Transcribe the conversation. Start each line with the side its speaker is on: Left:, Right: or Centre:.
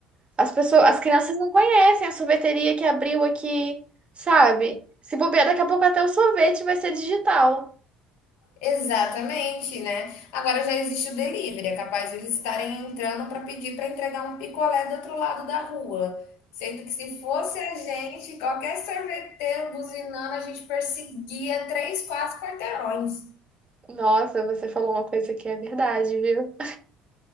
Right: As pessoas, as crianças não conhecem a sorveteria que abriu aqui, sabe? Se bobear, daqui a pouco até o sorvete vai ser digital.
Left: Exatamente, né? Agora já existe o delivery, é capaz de eles estarem entrando para pedir para entregar um picolé do outro lado da rua. Sendo que se fosse a gente, qualquer sorveteiro buzinando, a gente perseguia três, quatro quarteirões.
Right: Nossa, você falou uma coisa que é verdade, viu?